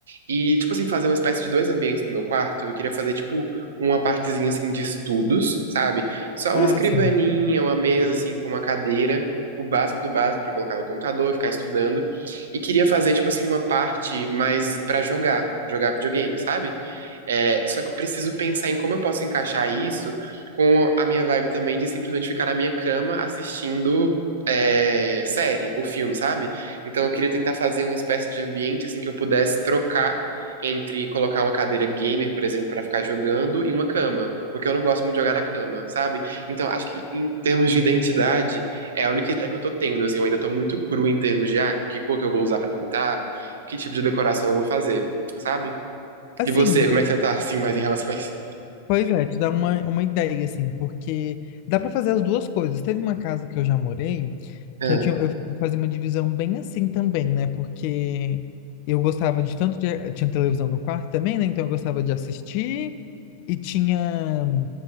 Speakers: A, on the right; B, on the left.
A: e, tipo assim, fazer uma espécie de dois ambientes no meu quarto. Eu queria fazer, tipo, uma partezinha, assim, de estudos, sabe? Só
B: Ah,
A: uma escrivaninha,
B: sim.
A: uma mesa, assim, com uma cadeira. O básico do básico pra colocar meu computador, ficar estudando. E queria fazer, tipo assim, uma parte mais pra jogar. Jogar videogame, sabe? É, só que eu preciso pensar em como eu posso encaixar isso com a minha vibe também de simplesmente ficar na minha cama assistindo é, série ou filme, sabe? Então eu queria tentar fazer uma espécie de ambiente assim que eu pudesse trocar entre colocar uma cadeira gamer, por exemplo, pra ficar jogando e uma cama, porque eu não gosto muito de jogar na cama, sabe? Então acho que em termos de identidade é a única ideia que eu tô tendo, assim, eu ainda tô muito cru em termos de ah, que cor que eu vou usar pra pintar, que tipo de decoração eu vou fazer, sabe?
B: Assim,
A: E você, como é que você tá assim mais em relação a isso?
B: pois é, te dá uma, uma ideia, assim, porque dá pra fazer as duas coisas. Teve uma casa que eu já morei,
A: Ah,
B: que eu tinha, eu fazia uma divisão bem assim também, né? Porque eu gostava de tanto de, tinha televisão no quarto também, né? Então eu gostava de assistir e tinha